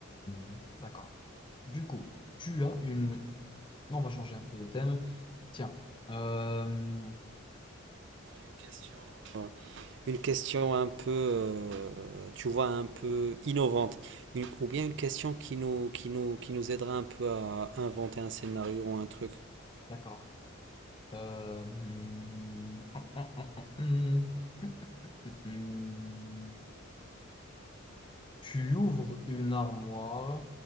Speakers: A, on the left; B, on the right.
A: <laughs> D'accord. Du coup, tu as une... Non, on va changer un peu de thème. Tiens. Euh,
B: Une question. Ouais. Une question un peu, euh, tu vois, un peu innovante, Une- ou bien une question qui nous, qui nous, qui nous aidera un peu à inventer un scénario ou un truc.
A: D'accord. Euh, hmm, hmm, hmm, hmm, hmm. hmm. Tu ouvres une armoire.